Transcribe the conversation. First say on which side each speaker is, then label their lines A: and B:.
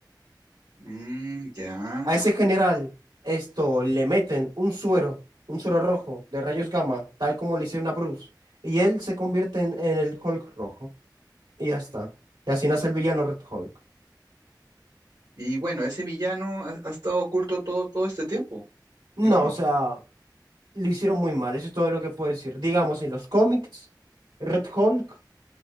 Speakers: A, on the right; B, on the right.
A: Mm, ya.
B: A ese general, esto, le meten un suero, un suero rojo de rayos gamma, tal como le hicieron a Bruce, y él se convierte en, en el Hulk rojo, y ya está. Y así nace el villano Red Hulk.
A: Y bueno, ese villano ha, ha estado oculto todo, todo este tiempo,
B: No,
A: digamos.
B: o sea. lo hicieron muy mal, eso es todo lo que puedo decir. Digamos, en los cómics, Red Hulk,